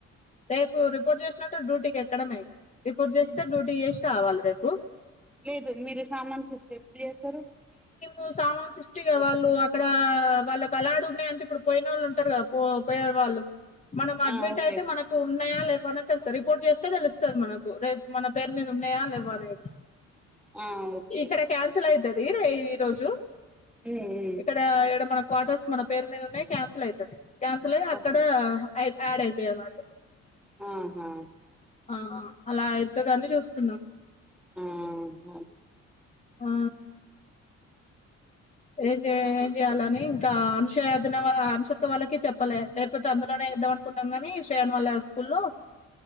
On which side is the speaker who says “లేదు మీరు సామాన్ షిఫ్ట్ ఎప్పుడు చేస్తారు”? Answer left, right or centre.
Centre